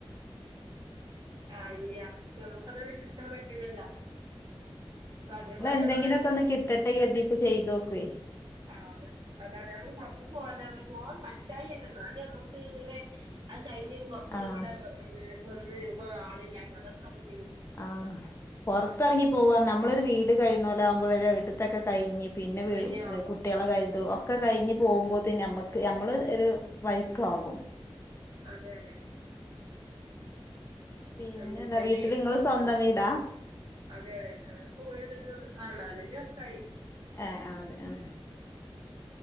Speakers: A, on the left; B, on the right.
A: ഉം
B: ആ ഇല്ല പക്ഷേ നമുക്കത് വിശ്വസിക്കാൻ പറ്റൂലല്ല
A: നമ്മള്
B: അതേപോലെ
A: എന്തെങ്കിലുമൊക്കെ
B: ഞങ്ങള്
A: ഒന്ന് കിട്ടട്ടെ കരുതിയിട്ട് ചെയ്തു നോക്കുവേ
B: ആ അത നമ്മക്ക് പുറത്ത പോകാ പോകൻ പറ്റായില്ലെന്ന അത് നമുക്ക് ഇങ്ങനെ കഴിഞ്ഞു മക്കളും
A: ആഹ്
B: കൂടെ ഒന്നേ അ ആളില്ല അതൊക്കെ ദും
A: ആ പുറത്തിറങ്ങി പോവാ നമ്മ നമ്മള് ഒരു വീട് കഴിഞ്ഞ പോലെ ഒരു വവിട്ടത്തൊക്കെ <unintelligible> കഴഞ്ഞ് പിന്നെ
B: കയ്യ ആവുമ്പോത്തിന്
A: കുട്ടികളെ കരുതോ ഒക്കെ കഴിഞ്ഞ് പോകുമ്പോൾ നമ്മക്ക് നമ്മള് ഒരു വഴക്ക് ആകും
B: അതെ അതെ
A: പിന്നെ
B: എന്ന്‌വച്ചാല്
A: എന്താ വീട്ടില് നിങ്ങള് സ്വന്തം
B: ഉം
A: വീടാ
B: അതെ അതെ അപ്പോ ഒ <unintelligible> നാല ഒത്തിരിവുവനായി
A: ആഹ അതെ ആഹ